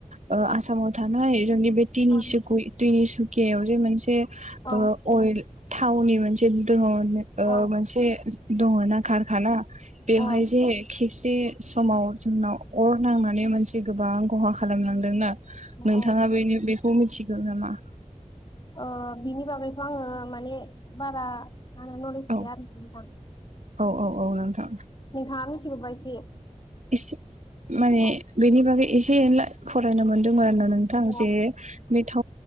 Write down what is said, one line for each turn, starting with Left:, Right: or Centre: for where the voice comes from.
Right: ओ आसामाव थानाय जोंनि बे तिनिसुकुय
Left: अ
Right: तिनि सुकियायाव दि मोनसे
Left: औ
Right: अइल थावनि अइल मोनसे <unintelligible>
Left: औ
Right: मोनसे दङना खारखाना। बेवहाय
Left: औ
Right: जे खेबसे समाव जोंनाव अर नांनानै मोनसे गोबां खहा खालामलांदोंना नोंथाङा
Left: औ
Right: बेनि बेखौ मिथिगौ नामा?
Left: अ बिनि बागैथ' आङो माने बारा आंनाव नलेज
Right: औ
Left: गैया आरो नोंथां
Right: औ औ औ नोंथां
Left: नोंथांआ मोनथिगौ बा इसे
Right: एसे माने
Left: औ
Right: बेनि बागै एसे एसे एला फरायनो मोनदोंमोन <unintelligible> नोंथां
Left: औ
Right: जे बेथ'।